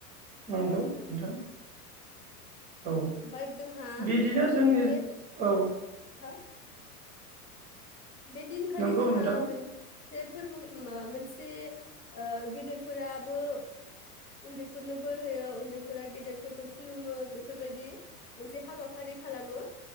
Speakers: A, on the right; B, on the left.
A: नंगौ नोंथां औ
B: ओमफ्राय जोंहा
A: बिदिनो जोंनि
B: मोनसे
A: औ
B: हा बे दिनखालि
A: नंगौ
B: जोंहा
A: नोंथां
B: मोनसे फोरबो माबा मोनसे ओ गेदेरफोराबो उन्दैफोरनो बोर होयो उन्दैफोरा गेदेरफोरखौ खुलुमो बेफोरबायदि मोनसे हाबाफारि खालामो।